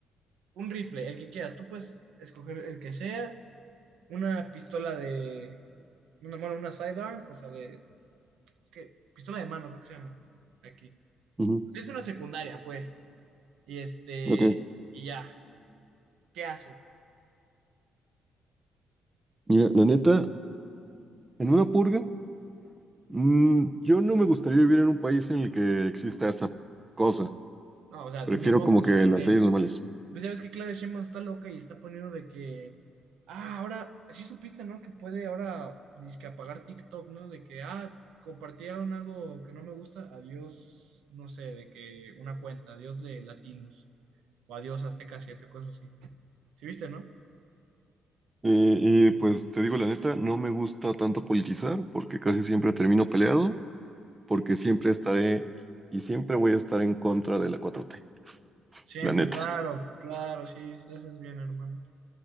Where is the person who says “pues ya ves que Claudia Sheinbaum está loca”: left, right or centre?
Right